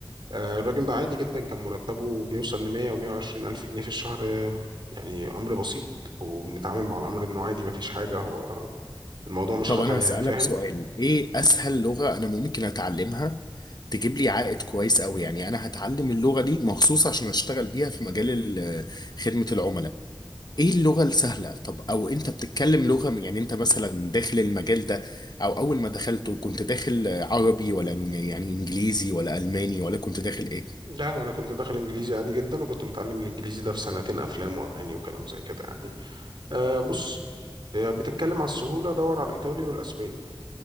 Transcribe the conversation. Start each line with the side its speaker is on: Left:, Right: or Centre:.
Right: آه، الراجل ده عادي جدا كان مرتبه بيوصل ل 100 و 120 الف جنيه في الشهر آه، يعني امر بسيط وبنتعامل مع الامر انه عادي مفيش حاجه
Left: مم.
Right: هو الموضوع مش
Left: طب
Right: خطر
Left: انا
Right: يعني
Left: هسألك
Right: فاهم
Left: سؤال ايه اسهل لغة انا ممكن اتعلمها تجيب لي عائد كويس قوي يعني انا هتعلم اللغة دي مخصوص عشان اشتغل بيها في مجال ال- آه، خدمة العملاء ايه اللغة السهلة طب او انت بتتكلم لغة من- يعني انت مثلا داخل المجال ده او اول ما دخلته كنت داخل عربي ولا إن- يعني انجليزي ولا الماني ولا كنت داخل ايه
Right: لا لا انا كنت داخل انجليزي عادي جدا وكنت متعلم الانجليزي ده في سنتين افلام واغاني وكلام زي كده يعني أه بص آه، بتتكلم على السهولة دور على الإيطالي والأسباني